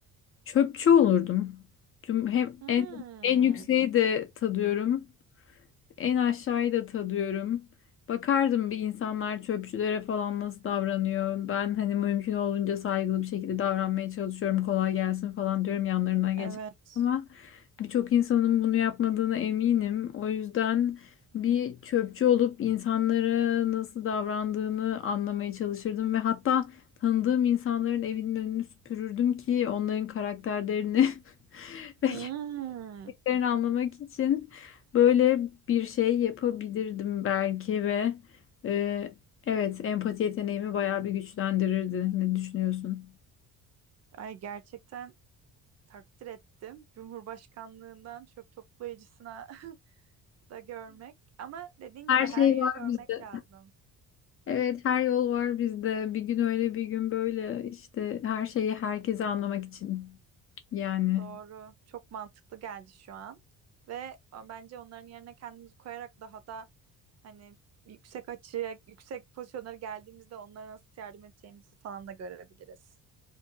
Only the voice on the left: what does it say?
Çöpçü olurdum. Tüm hem
en en yükseği de tadıyorum. En aşağıyı da tadıyorum. Bakardım bir insanlar çöpçülere falan nasıl davranıyor. Ben hani mümkün olduğunca saygılı bir şekilde davranmaya çalışıyorum. Kolay gelsin falan diyorum yanlarından geç.
Ama birçok insanın bunu yapmadığına eminim. O yüzden bir çöpçü olup insanlara nasıl davrandığını anlamaya çalışırdım ve hatta tanıdığım insanların evinin önünü süpürürdüm ki onların karakterlerini <laughs> ve
Yerini anlamak için böyle bir şey yapabilirdim belki ve e, evet empati yeteneğimi bayağı bir güçlendirirdi. Ne düşünüyorsun?
Her
şey
var
bizde.
Evet, her yol var bizde. Bir gün öyle, bir gün böyle. İşte her şeyi herkese anlamak için. Yani.